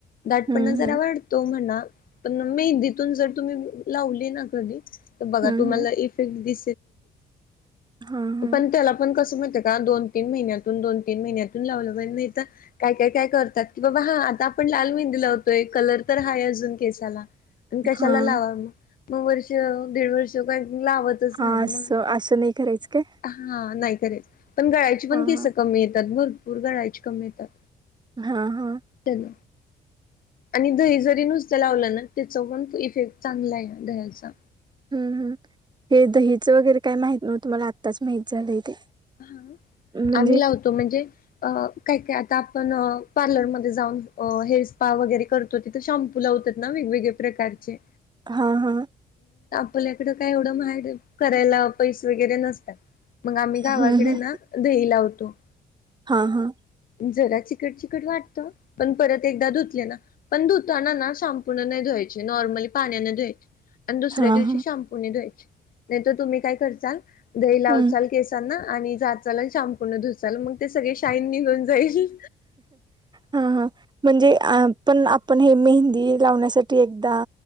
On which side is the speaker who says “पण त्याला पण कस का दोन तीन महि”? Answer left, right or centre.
Left